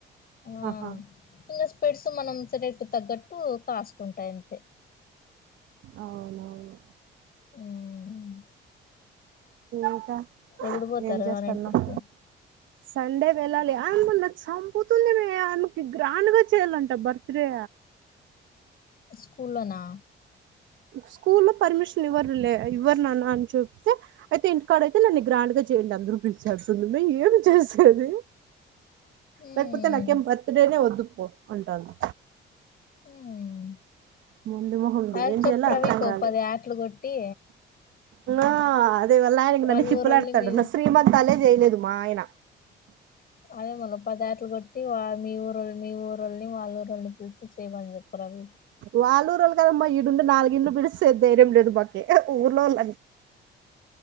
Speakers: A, on the left (about 50°); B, on the right (about 80°).
A: ఆ
B: అహ
A: ఇంగ స్పెడ్స్ మనం సెలెక్ట్ తగ్గట్టు కాస్ట్ ఉంటయండి
B: అవునవును
A: ఉమ్
B: ఇంకా
A: ఎప్పుడు పోతారు
B: ఏం చేస్తన్నావ్
A: ఆయనా దగ్గరికి
B: సండే వెళ్ళాలి ఆమె నాకు సంపుతుంది మేడం ఆమెకి గ్రాండ్ గా చెయ్యాలంట బర్త్డే
A: స్కూల్లోనా
B: స్కూల్లో పర్మిషన్ ఇవ్వరులే ఇవ్వరు ననా అని చేప్తే అయితే ఇంటికాడ అయితే నన్ను గ్రాండ్ గా చేయండి అందరు పిలిచి అంటుంది మే ఏంది చేసేది
A: ఉమ్
B: లేకపోతే నాకేం బర్త్ డేనే వద్దుపో అంటంది
A: ఉమ్
B: మొండి మొహంది
A: అది
B: ఏం
A: చప్పు
B: చేయాలో
A: రవి
B: అర్థం
A: కోపది
B: కాలే
A: ఆట్లు గోట్టి
B: ఆ అదే వల్ల ఆయనకి
A: వాళ్ళ
B: నన్ను తిప్పులాడతాడు
A: ఊరోళ్ళని మీ
B: నా శ్రీమంతాలే చేయలేదు మా ఆయన
A: అదే మల్ల పదేటలు గోట్టి వా మీ ఊరోళ్లు మీ ఊరోళ్ళని వాళ్ళ ఊరోల్లోని పిలిచి ఇచ్చేయమని జెప్పు రవి
B: వాళ్ళ ఊరోళ్లు కదమ్మా ఈడుండి నాలుగు ఇండ్లు పిడిస్తే ధైర్యం లేదు మాకి ఊర్లోలు